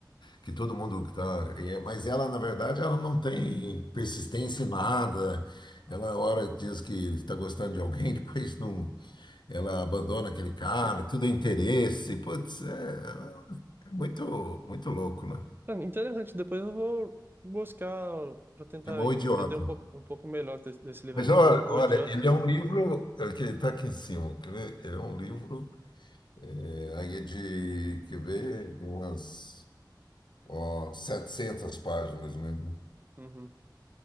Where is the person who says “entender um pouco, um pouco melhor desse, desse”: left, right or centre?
Right